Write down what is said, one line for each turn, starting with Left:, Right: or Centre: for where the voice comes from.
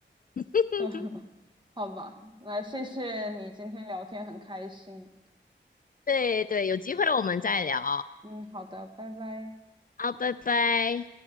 Left: <laughs>
Right: <laughs> 对，好吧，来，谢谢你今天聊天很开心，
Left: 对对，有机会我们再聊，
Right: 嗯，好的，拜拜。
Left: 好，拜拜。